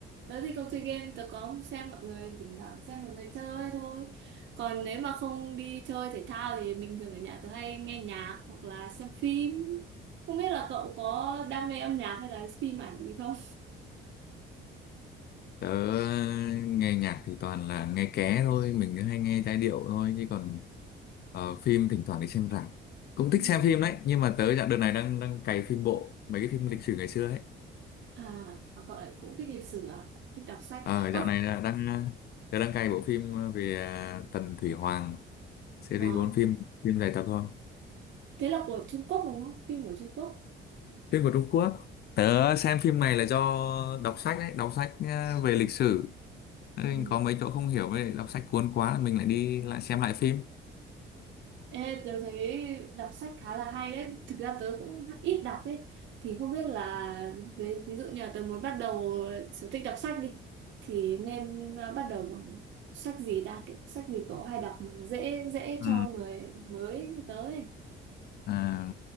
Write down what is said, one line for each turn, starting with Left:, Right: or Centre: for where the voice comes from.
Right: tớ thì không chơi game tớ có xem mọi người thỉnh thoảng xem mọi người chơi thôi còn nếu mà không đi chơi thể thao thì mình thường ở nhà tớ hay nghe nhạc hoặc là xem phim không biết là cậu có đam mê âm nhạc hay là phim ảnh gì không
Left: Tớ nghe nhạc thì toàn là nghe ké thôi, mình cứ hay nghe giai điệu thôi chứ còn ờ, phim thỉnh thoảng đi xem rạp. Cũng thích
Right: ừ.
Left: xem phim đấy, nhưng mà tớ dạo đợt này đang đang cày phim bộ, mấy cái phim lịch sử ngày xưa ấy.
Right: À, à, gọi là cũng thích lịch sử à? Thích đọc sách.
Left: Ờ
Right: Ơ,
Left: dạo này là đang ờ, tớ đang cày bộ phim về à, Tần Thủy Hoàng, series
Right: ờ,
Left: 4 phim, phim dài tập thôi.
Right: thế là của Trung Quốc đúng không? Phim của Trung Quốc.
Left: Phim của Trung Quốc. Tớ xem phim này là do đọc sách đấy, đọc sách à, về lịch sử. Thế Nên
Right: Ừ.
Left: có mấy chỗ không hiểu với lại đọc sách cuốn quá là mình lại đi lại xem lại phim.
Right: Ê, tớ thấy đọc sách khá là hay đấy. Thực ra tớ cũng ít đọc ấy. Thì không biết là ví, ví dụ như là tớ muốn bắt đầu sở thích đọc sách đi. Thì nên à, bắt đầu bằng sách gì ta? Kiểu sách gì cậu hay đọc mà dễ dễ
Left: Ừ.
Right: cho người mới như tớ ấy.
Left: À,